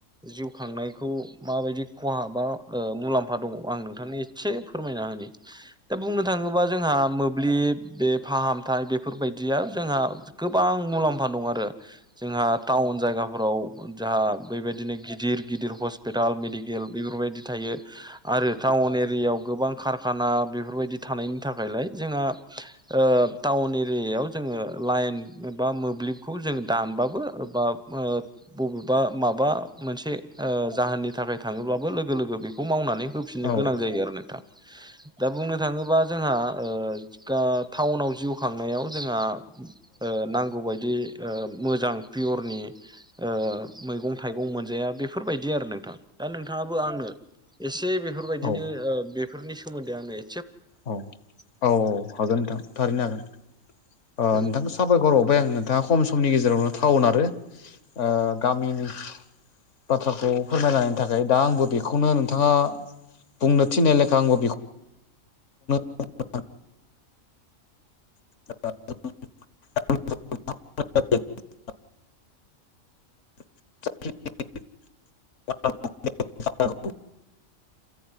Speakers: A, in the centre; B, on the left.
A: जिउ खांनायखौ माबायदि खहा बा ओ मुलाम्फा दङ आं नोंथांनो एसे फोरमायना होनि <inaudible> दा बुंनो थाङोबा जोंहा मोब्लिब बे फाहामथाय बेफोरबायदिया जोंहा गोबां मुलाम्फा दं आरो जोंहा टाउन जायगाफोराव जा बेबायदिनो गि गिदिर गिदिर हस्पिटाल मेडिकेल बेफोरबायदि थायो आरो टाउन एरियाव गोबां खारखाना बेफोरबायदि थानायनि थानायनिथाखायलाय जोंहा ओ टाउन एरियायाव जोङो लाइन एबा मोब्लिबखौ जोङो दानबाबो बा ओ बबेबा माबा मोनसे ओ जाहोननि थाखाय थाङोब्लाबो लोगो लोगो बेखौ मावनानै होफिननो
B: औ
A: गोनां जायो आरो नोंथां। दा बुंनो थाङोबा जोंहा ओ गाटाउनाव जिउ खांनायाव जोंहा ओ नांगौ बादि ओ मोजां पियरनि ओ मैगं थाइगं मोनजाया बेफ फोरबायदि आरो नोंथां दा नोंथाङाबो आंनो एसे बेफोरबायदिनो
B: औ
A: ओ बे फोरनिमोन्दै आंनो ए
B: औ औ औ हागोन नोंथां थारैनो हागोन ओ
A: औ
B: नोंथां स साबायखर बावबाय आं नोंथाङा खम समनि गेजेरावनो टाउन आरो ओ गामिनि बाथ्राखौ फोरमायनायनि थाखाय दा आंबो बेखौनो नोंथाङा बुंनो थिननाय लेखा आंबो बेखौ आ <unintelligible> <inaudible> <inaudible> औ <unintelligible> ह <unintelligible>